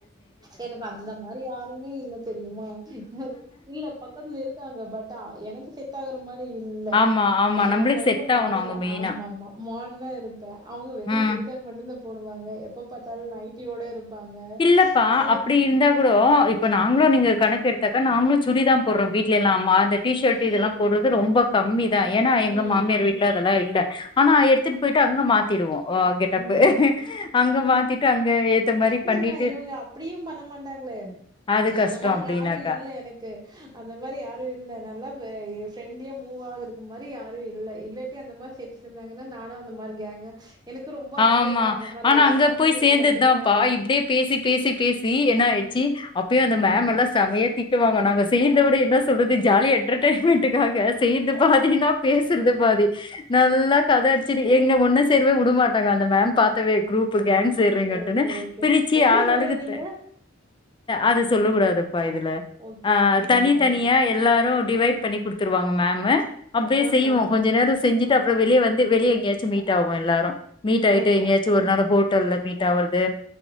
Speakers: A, on the right; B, on the left.
A: எனக்கு அந்த மாரி யாருமே இல்ல தெரிமா இல்ல பக்கத்துல இருக்காங்க பட் எனக்கு செட் ஆகுற மாரி இல்ல
B: ஆமா, ஆமா.
A: நா
B: நம்பளுக்கு
A: கொஞ்சோ
B: செட்
A: மாடன்
B: ஆவணும் அவங்க மெயினா.
A: ஆமா ஆமா மாடனா இருப்பே அவங்க வெறு
B: ம்.
A: சுடிதார் மட்டுந்தா போடுவாங்க எப்ப பாத்தாலு நைட்டி யோட இருப்பாங்க
B: இல்லப்பா
A: அ
B: அப்டி இருந்தா கூடொ இப் இப்ப நாங்களு நீங்க கணக்கு எடுத்தாக்க நாங்களு சுடிதா போடுறோ வீட்டுலல்லா அந்த டிஷர்ட்
A: ம்
B: இதெல்லா போடுறது ரொம்ப கம்மிதா ஏனா எங்க
A: ம் ம்
B: மாமியார்
A: ம்
B: வீட்ல அதெல்லா இல்ல ஆனா எடுத்துட்டு போயிட்டு அங்க மாத்திடுவோ கெட்டப்பு
A: ம்
B: அங்க மாத்திட்டு அங்க ஏத்த மாரி பண்ணிட்டு
A: த இவங்க அப்டியு பண்ண மாட்டாங்கள
B: அது
A: அந்த
B: கஷ்டம்
A: மாரி
B: அப்டின்னாக்கா.
A: யாரு இல்ல ல எனக்கு அந்த மாரி யாரு இல்ல நல்லா அ பிரெண்ட்லியா மூவ் ஆக இருக்கு மாரி யாரு இல்ல இல்ல அந்த மாரி செரிச்சிருந்தாங்கன்னா நானு அந்த மாரி கேங்கா எனக்கு ரொம்ப
B: ஆமா.
A: ஆததா அந்த மாரி
B: ஆனா அங்க
A: யாருமே
B: போய் சேர்ந்ததுதான்ப்பா.
A: இல்ல டெத்தாக
B: இப்படியே பேசி பேசி பேசி என்ன ஆயிடுச்சு அப்பயு அந்த மம் எல்லா செம்மயா தீட்டுவாங்குனா நாங்க செய்த விட இதா சொல்றது ஜாலியா என்டர்டெய்ன்மெண்ட் நாங்க செய்றது பாதினா பேசுறது
A: அ
B: பாதி நல்லா கத அடிச்சுட்டு எங்க பொன்ன சரி வுடமாட்டாங்க அந்த மேம் பாத்தாவே க்ரூப் இப்ப கேங்
A: ஆ
B: சேர்றீங்கன்னு
A: ஓகே, ஓகே.
B: பிரிச்சு
A: எந்த
B: ஆள்
A: ஊரு
B: ஆளுக்கு
A: நீங்க?
B: அது சொல்ல கூடாதுப்பா இதுல
A: ஓகே,
B: ஆ
A: ஓகே,
B: தனி
A: ஓகே.
B: தனியா எல்லாரு டிவைட் பண்ணி குடுத்துருவாங்க மேம்மு அப்டியே
A: ஆஹா.
B: செய்வோ கொஞ்ச நேரோ செஞ்சுட்டு அப்றோ வெளிய வந்து வெளிய எங்கயாச்சு மீட் ஆகு எல்லாரு மீட் ஆயிட்டு
A: ஓகே,
B: எங்கேயாச்சு
A: ஓகே.
B: ஒரு நாள் ஹோட்டல்ல மீட் ஆவறது